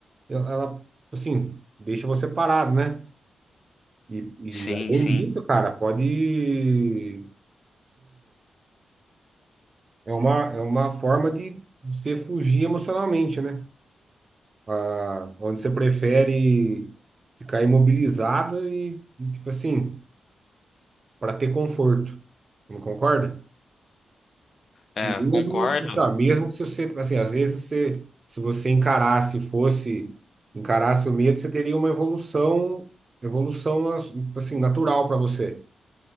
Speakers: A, on the right (about 30°); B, on the left (about 45°).
A: ela, ela, assim, deixa você parado, né? E, e
B: Sim,
A: além
B: sim.
A: disso, cara, pode. É uma, é uma forma de você fugir emocionalmente, né? Ah, onde você prefere ficar imobilizado e, e, tipo assim, para ter conforto. Não concorda?
B: É,
A: Mesmo,
B: eu concordo.
A: tá, mesmo que se você, tipo assim, às vezes você, se você encarasse, fosse, encarasse o medo, você teria uma evolução, evolução assim, natural para você,